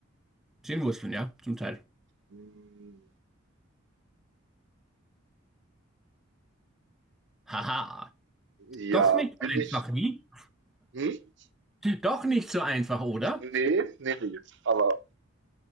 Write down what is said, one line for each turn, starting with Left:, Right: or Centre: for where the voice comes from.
Centre: Zehn Wurzeln, ja, zum Teil.
Right: Hm,
Centre: Haha.
Right: ja,
Centre: Doch nicht einfach,
Right: bin ich.
Centre: wie?
Right: Hm?
Centre: Doch nicht so einfach, oder?
Right: Nee, nee, nee. Aber